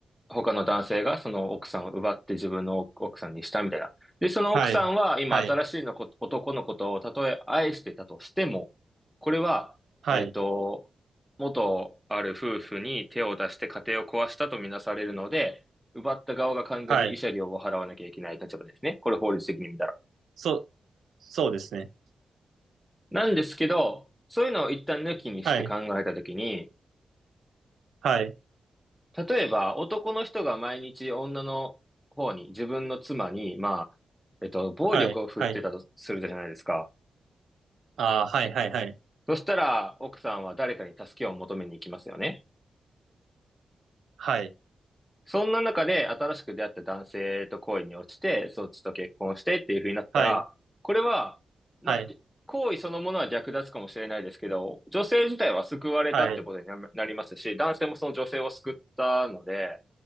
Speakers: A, in the centre; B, on the right.
A: 他の男性がその奥さんを奪って自分の奥さんにしたみたいな。で、その奥さんは今新しいのこ男のことをたとえ愛してたとしても、
B: はい。はい。
A: これは、
B: はい。
A: えっと、元ある夫婦に手を出して家庭を壊したとみなされるので、奪った側が完全に慰謝料を払わなきゃいけない立場ですね。
B: はい。
A: これ法律的に見たら。
B: そう、そうですね。
A: なんですけど、そういうのを一旦抜きにして考えたときに、
B: はい。はい。
A: 例えば、男の人が毎日女の方に、自分の妻に、まあ、えっと、暴力を振ってたとするじゃないですか。
B: はい。はい。ああ、はい。はい。はい。
A: そしたら、奥さんは誰かに助けを求めに行きますよね。
B: はい。
A: そんな中で、新しく出会った男性と恋に落ちて、そっちと結婚してっていう風になったら、
B: はい。
A: これは、まあ、
B: はい。
A: で行為そのものは略奪かもしれないですけど、女性自体は救われたってことにななりますし、
B: は
A: 男性もその女性を救ったので、